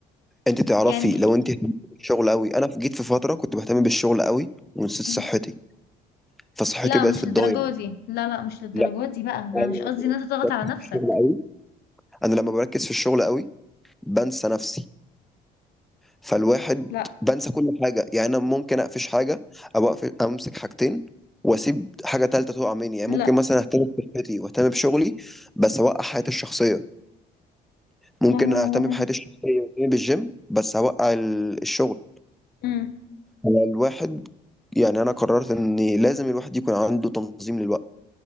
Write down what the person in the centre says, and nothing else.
انت تعرفي
لو انت اهتمتي بالشغل قوي انا جيت في فتره كنت بهتم بالشغل قوي ونسيت
صحتي فصحتي
بقت
في الضايع
لا
انا
لما
بركز
في الشغل قوي انا لما بركز في الشغل قوي بنسى نفسي فالواحد
بنسى كل حاجة يعني أنا ممكن أقفش حاجة أو أقفش أمسك حاجتين وأسيب حاجة تالتة تقع مني يعني
ممكن مثلا أهتم بصحتي وأهتم بشغلي بس أوقع حياتي الشخصية ممكن
أهتم بحياتي الشخصية وأهتم بالجيم بس أوقع ال- الشغل
الواحد يعني أنا قررت إن لازم الواحد يكون عنده تنظيم للوقت